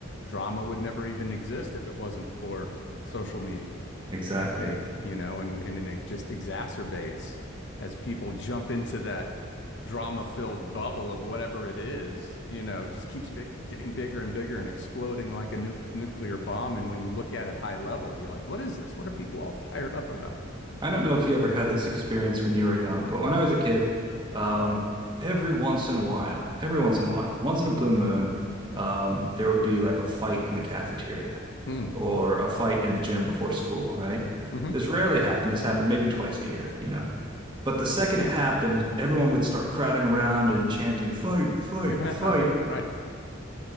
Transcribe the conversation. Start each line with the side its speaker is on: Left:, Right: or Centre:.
Left: drama would never even exist if it wasn't for social media,
Right: Exactly.
Left: I think, you know, and and it just exacerbates as people jump into that drama-filled bubble of whatever it is, you know, it just keeps big, getting bigger and bigger and exploding like a nu nuclear bomb. And when you look at it high level, you're like, what is this? What are people all <laughs> fired up about?
Right: I don't know if you ever had this experience when you were young, but when I was a kid, um, every once in a while, every once in a while, once in a blue moon, um, there would be like a fight in the cafeteria
Left: Hmm.
Right: or a fight in the gym before school, right?
Left: hmm
Right: This rarely happened. This happened maybe twice a year, you know? But the second it happened, everyone would start crowding around and chanting, fight, fight,
Left: <laughs>
Right: fight.
Left: Right.